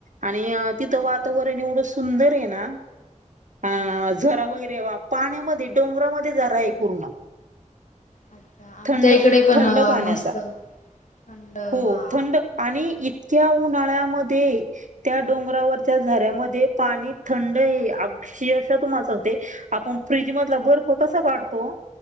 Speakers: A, on the right; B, on the left.
A: आणि तिथं
B: वाव
A: वातावरण
B: छान
A: एवढं सुंदर आहे ना अ
B: हा
A: झरा वगैरे वाप पाण्यामध्ये डोंगरामध्ये जरा आहे पूर्ण.
B: अच्छा आमच्या
A: थंड
B: इकडे पण
A: थंड पाण्याचा
B: मस्त थंड हा.
A: हो थंड आणि इतक्या उन्हाळ्यामध्ये त्या डोंगरावरच्या झाऱ्यामध्ये पाणी थंड आहे अशीशा तुम्हाला सांगते. आपण फ्रीजमधला बर्फ कसा काढतो?